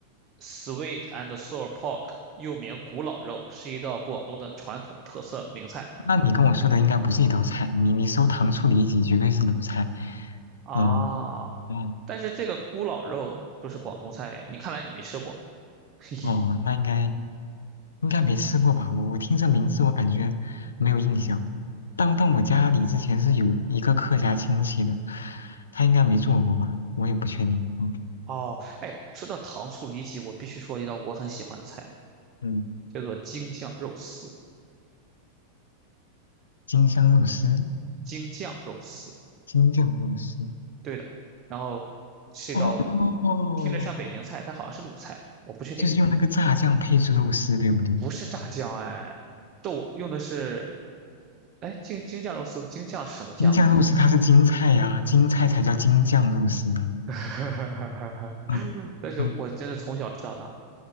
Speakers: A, on the right; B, on the left.
A: （sweet and sour pork） 又名古老肉，是一道广东的传统特色名菜
B: 那你跟我说的应该不是一道菜，你你搜糖醋里脊绝对是卤菜，
A: 啊。
B: 嗯。嗯
A: 但是这个咕老肉说是广东菜耶，你看来你没吃过，<laughs> 嘿嘿。
B: 哦，那应该应该没吃过吧？我我听这名字，我感觉没有印象。但但我家里之前是有一个客家亲戚的，他应该没做过吧？我也不确定。嗯
A: 哦，哎，说到糖醋里脊，我必须说一道我很喜欢的菜，
B: 嗯，
A: 叫做京酱肉丝。
B: 京香肉丝，
A: 京酱肉丝，
B: 京酱肉丝，
A: 对的。然后是一道
B: 哦，
A: 听着像北京菜，但好像是鲁菜，我不确定，
B: 就是用那个炸酱配制肉丝，对不对？
A: 不是炸酱哎，豆用的是哎京京酱肉丝，京酱是什么酱？
B: 京酱肉丝它是京菜呀、京菜才叫京酱肉丝呢。
A: <laughs>
B: 嗯
A: 但是我真的从小吃到大，
B: 嗯